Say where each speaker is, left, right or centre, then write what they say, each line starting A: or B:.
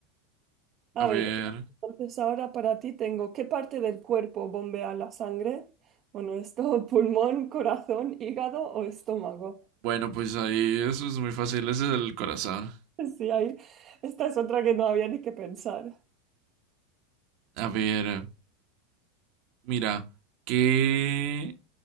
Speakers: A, on the right; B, on the right.
A: A
B: A ver.
A: ver, entonces ahora para ti tengo, ¿qué parte del cuerpo bombea la sangre? Bueno, esto, <laughs> pulmón, corazón, hígado o estómago. <laughs>
B: Bueno, pues ahí eso es muy fácil, ese es el corazón.
A: Sí, ahí, esta es otra que no había ni que pensar.
B: A ver, mira, ¿qué,